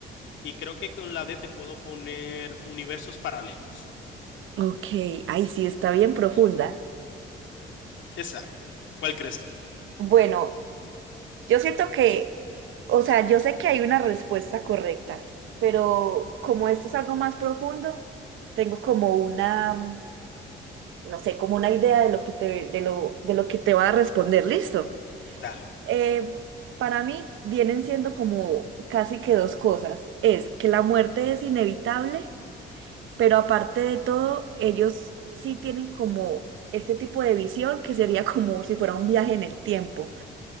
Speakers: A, on the left; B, on the right.
A: Y creo que con la D te puedo poner universos paralelos.
B: Ok, ay, sí, está bien profunda.
A: Exacto. ¿Cuál crees tú?
B: Bueno. Yo siento que, o sea, yo sé que hay una respuesta correcta, pero como esto es algo más profundo, tengo como una, mm, no sé, como una idea de lo que te, de lo, de lo que te va a responder. Listo.
A: Dale.
B: Eh, para mí vienen siendo como casi que dos cosas. Es que la muerte es inevitable, pero aparte de todo, ellos sí tienen como este tipo de visión que sería como si fuera un viaje en el tiempo.